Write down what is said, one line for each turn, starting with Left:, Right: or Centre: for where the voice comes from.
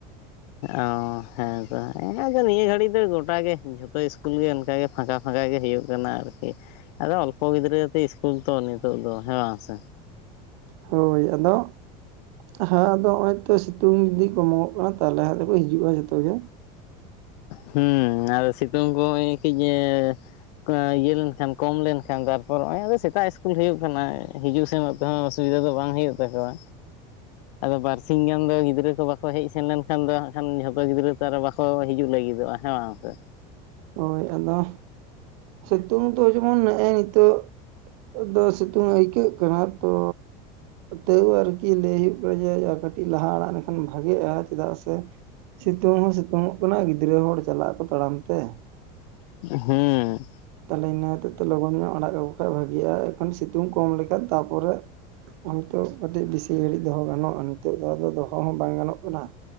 Left: ᱚ ᱦᱮᱸ ᱛᱚ, ᱦᱮᱸ ᱟᱫᱚ ᱱᱤᱭᱟᱹ ᱜᱷᱟᱹᱲᱤᱡ ᱫᱚ ᱾ ᱜᱚᱴᱟ ᱜᱮ ᱡᱷᱚᱛᱚ ᱤᱥᱠᱩᱞ ᱜᱮ᱾ ᱚᱱᱠᱟ ᱜᱮ ᱯᱷᱟᱸᱠᱟ - ᱯᱷᱟᱸᱠᱟ ᱜᱮ ᱦᱩᱭᱩᱼᱜ ᱠᱟᱱᱟ᱾ ᱟᱨᱠᱤ ᱟᱫᱚ ᱚᱞᱯᱚ ᱜᱤᱫᱽᱨᱟᱹ ᱦᱟᱛᱮ ᱤᱥᱠᱩᱞ ᱛᱚ᱾ ᱱᱤᱛᱳ ᱫᱚ ᱦᱮᱸ ᱵᱟᱝ ᱥᱮ
Right: ᱦᱳᱭ, ᱟᱫᱚ ᱦᱮᱸ ᱟᱫᱚ ᱱᱚᱜᱚᱼᱭ ᱛᱚ᱾ ᱥᱤᱛᱩᱝ ᱡᱩᱫᱤ ᱠᱚᱢᱚᱜᱚᱼᱜ ᱠᱟᱱᱟ᱾ ᱛᱟᱦᱚᱞᱮ ᱦᱟᱜ ᱫᱚ-ᱠᱚ ᱦᱤᱡᱩᱜᱼᱟ᱾ ᱡᱚᱛᱚ ᱜᱮ
Left: ᱦᱩᱢ᱾ ᱟᱫᱚ ᱥᱤᱛᱩᱝ ᱠᱚ ᱠᱟᱹᱡ ᱮᱸᱻ ᱤᱭᱟᱹ ᱞᱮᱱᱠᱷᱟᱱ, ᱠᱚᱢ ᱞᱮᱱᱠᱷᱟᱱ, ᱛᱟᱨᱯᱚᱨ ᱱᱚᱜᱼᱚᱭ ᱟᱫᱚ ᱥᱮᱛᱟᱼᱜ ᱤᱥᱠᱩᱞ ᱦᱩᱭᱩᱼᱜ ᱠᱟᱱᱟ᱾ ᱦᱤᱡᱩᱜ- ᱥᱮᱱᱚᱜ ᱛᱮ-ᱦᱚᱸ ᱚᱥᱩᱵᱤᱫᱷᱽᱚ ᱫᱚ᱾ ᱵᱟᱝ ᱦᱩᱭᱩᱼᱜ ᱛᱟᱠᱚᱣᱼᱟ᱾ ᱟᱫᱚ ᱵᱟᱨᱥᱤᱧ ᱜᱟᱱ ᱫᱚ, ᱜᱤᱫᱽᱨᱟᱹ ᱠᱚ ᱵᱟᱠᱚ ᱦᱮᱡ ᱥᱮᱱ ᱞᱮᱱᱠᱷᱟᱱ ᱫᱚ, ᱠᱷᱟᱱ ᱡᱷᱚᱛᱚ ᱜᱤᱫᱽᱨᱟᱹ ᱛᱚ ᱟᱨᱚ ᱵᱟᱠᱚ ᱦᱤᱡᱩᱜ ᱞᱟᱹᱜᱤᱫᱚᱜᱼᱟ ᱦᱮᱸ ᱵᱟᱝ ᱥᱮ ᱾
Right: ᱦᱤᱭ ᱟᱫᱚ ᱥᱮᱛᱩᱝ ᱛᱚ ᱡᱮᱢᱚᱱ ᱱᱮᱜ ᱮᱻ ᱱᱤᱛᱚᱜ ᱫᱚ ᱥᱤᱛᱩᱝ ᱟᱹᱭᱠᱟᱹᱜ ᱠᱟᱱᱟ ᱛᱚ ᱛᱟᱹᱣ ᱟᱨᱠᱤ ᱞᱟᱹᱭ ᱦᱩᱭᱩᱜ ᱠᱟᱱᱟ᱾ ᱡᱮ ᱟᱨ ᱠᱟᱹᱴᱤᱡ ᱞᱟᱦᱟ ᱟᱲᱟᱜ ᱞᱮᱠᱷᱟᱱ ᱵᱷᱟᱜᱤᱜᱼᱟ᱾ ᱪᱮᱫᱟᱜ ᱥᱮ ᱥᱤᱛᱩᱝ ᱦᱚᱸ ᱥᱤᱛᱩᱝ ᱚᱜ ᱠᱟᱱᱟ, ᱜᱤᱫᱽᱨᱟᱹ ᱦᱚᱲ ᱪᱟᱞᱟᱜ ᱟᱠᱚ ᱛᱟᱲᱟᱢ ᱛᱮ ᱾
Left: ᱦᱮᱸ
Right: ᱛᱟᱦᱚᱞᱮ ᱤᱱᱟᱹ ᱦᱚᱛᱮᱡ ᱛᱮ ᱞᱚᱜᱚᱱ ᱧᱚᱜ ᱟᱲᱟᱜ ᱠᱟᱠᱚ ᱠᱷᱟᱡ ᱵᱷᱟᱜᱤᱜᱼᱟ᱾ ᱮᱠᱷᱚᱱ ᱥᱤᱛᱩᱝ ᱠᱚᱢ ᱞᱮᱠᱷᱟᱱ ᱛᱟᱯᱚᱨᱮ ᱦᱚᱭᱛᱳ ᱠᱟᱹᱴᱤᱡ ᱵᱮᱥᱤ ᱜᱷᱟᱹᱲᱤᱡ ᱫᱚᱦᱚ ᱜᱟᱱᱚᱜᱼᱟ᱾ ᱱᱤᱛᱚᱜ ᱫᱚ ᱟᱫᱚ ᱫᱚᱦᱚ ᱦᱚᱸ ᱵᱟᱝ ᱜᱟᱱᱚᱜ ᱠᱟᱱᱟ ᱾